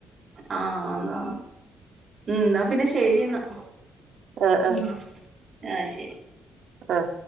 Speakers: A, on the right; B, on the right.
A: ആഹ് അന്നാ ഉം ഇന്നാ പിന്നെ ശരിന്നാ
B: ആഹ് ആഹ്
A: ഉം ആഹ് ശരി
B: ആഹ്